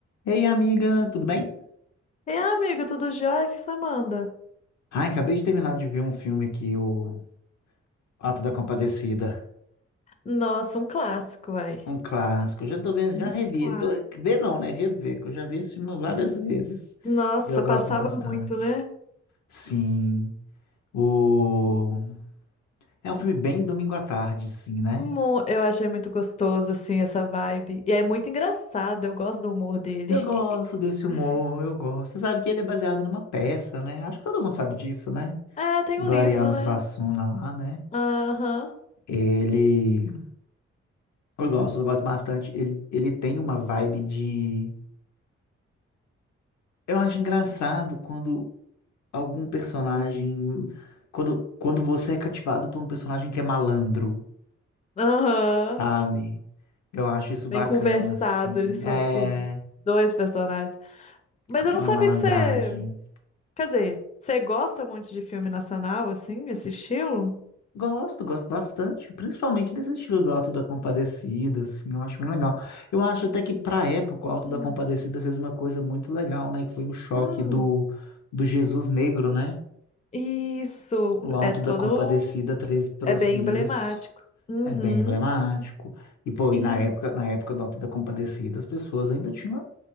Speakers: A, on the left (about 70°); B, on the left (about 25°).
A: Ei, amiga, tudo bem?
B: E amigo, tudo jóia? O que você manda?
A: Ai, acabei de terminar de ver um filme aqui, o Ato da Compadecida,
B: Nossa, um clássico, vai.
A: um clássico. Eu já tô vendo,
B: Um
A: já revi,
B: clássico.
A: tô, ver não, né? Rever, que eu já vi esse filme várias vezes
B: Nossa,
A: e eu gosto
B: passava
A: bastante.
B: muito, né?
A: Sim, o... é um filme bem domingo à tarde, sim, né?
B: Mu- Eu achei muito gostoso, assim, essa vibe. E é muito engraçado, eu gosto do humor dele.
A: Eu gosto desse humor,
B: <laughs>
A: eu gosto. Você sabe que ele é baseado numa peça, né? Acho que todo mundo sabe disso, né?
B: É, tem
A: Do
B: o livro,
A: Ariano
B: né?
A: Suassuna lá, né?
B: Aham,
A: Ele... Eu gosto, eu gosto bastante. Ele, ele tem uma vibe de Eu acho engraçado quando algum personagem.
B: Hum.
A: Quando, quando você é cativado por um personagem que é malandro,
B: aham.
A: sabe? Eu acho isso bacana,
B: Bem conversado,
A: assim.
B: eles são
A: É.
B: os dois personagens. Mas
A: Aquela
B: eu não sabia
A: malandragem.
B: que você... Quer dizer, você gosta muito de filme nacional, assim, esse estilo?
A: Gosto, gosto bastante. Principalmente desse estilo do Auto da Compadecida, assim. Eu acho bem legal. Eu acho até que, pra época, o Auto
B: Hum.
A: da Compadecida fez uma coisa muito legal, né? Que foi o choque
B: Hum.
A: do, do Jesus Negro, né?
B: Isso
A: O Auto
B: é todo,
A: da Compadecida tre- trouxe
B: é bem
A: isso.
B: emblemático. Uhum.
A: É bem emblemático. E, pô,
B: E
A: e na época, na época do Auto da Compadecida, as pessoas ainda tinham